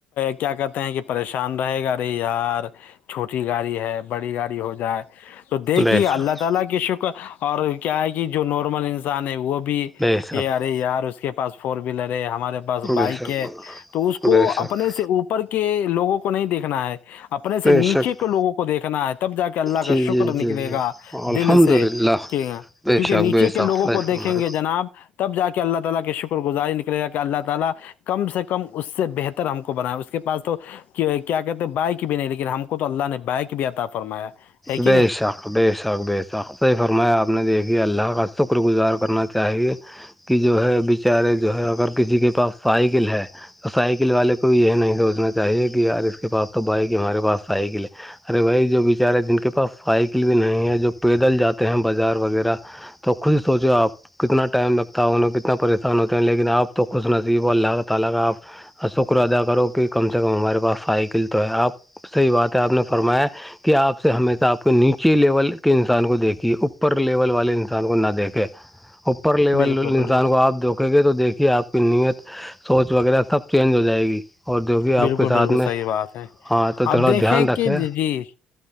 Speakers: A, on the left; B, in the centre.
A: کیا کہتے ہیں کہ پریشان رہے گارے یار چھوٹی گاڑی ہے بڑی گاڑی ہو جائے تو دیکھیے
B: بے
A: اللہ
B: شک
A: تعالی کے شکر اور کیا ہے کہ جو نارمل انسان ہے وہ بھی
B: بے شک
A: یہیارے یار اس کے پاس فور ویلر ہے ہمارے پا بس بائک
B: بے شک
A: ہے تو اس کو
B: بے شک
A: اپنے سے اوپر کے لوگوں کو نہیں دیکھنا ہے اپنے سے
B: بے
A: نیچے
B: شک
A: کے لوگوں کو دیکھنا ہے تب جا کے اللہ
B: جی
A: کا شکر
B: جی
A: نکلے
B: جی جی
A: گا
B: الحمد
A: دل سے
B: للہ
A: کہ
B: بے
A: کیونکہ
B: شک
A: نیچے
B: بے
A: کے
B: شک
A: لوگوں
B: صحیح
A: کو دیکھیں
B: فرمایا
A: گے جناب تب جا کے اللہ تعالی شکر گزاری نکلے گ کہ اللہ تعالی کم سے کم اس سے بہتر ہم کو بناائے اس کے پاس تو کیا کہتے ہیں بائک بھی نہیں لیکن ہم کو تو اللہ نے بائک بھی عطا فرمایا ہے کہ
B: بییسا
A: نہیں
B: بے شاک بے شق صحی فرمایا آپ نے دیکھی اللہ کا شکرگزار کرنا چاہیے کہ جو ہے بیچارے جو ہے اگر کسی کے پاس سائیکل ہے تو سائیکل والے کو یہ نہیں سوچنا چاہیے کہ یار اس کے پاس تو بائک ہمارے پاس سائیکل ہے ارے وہی جو بیچارے جن کے پاس سائیکل بھی نہیں ہے جو پیدل جاتے ہیں بازار وغیرہ تو خوش ہی سوچے آپ کتنا ٹائم لگتا ہے انہوںیں کتنا پریشان ہوتے ہیں لیکن آپ تو خوش نصیب اور اللہ تعالی کا آپ شکر ادا کرو کہ کم سے کم ہمارے پاس سائیکل تو ہے آپ صحی بات ہے آپ نے فرمایا کہ آپ سے ہممی تو آپ کو نیچے لیول کے انسان کو دیکھیے اوپر لیول والے انسان کو نہ دیکھے اوپر لیول
A: بالکل بالکل
B: انسان کو آپ د رکیں گے تو دیکھیے آپ کی نیت سوچ وغیرہ سب چینج ہو جائے گی اور جو کہ آپ
A: بالکل
B: کے ساتھ
A: بالکل
B: میں
A: صحیح بات ہے
B: ہاں تو تھوڑا
A: آپ دیکھیں
B: دھیان رکھے
A: کہ جی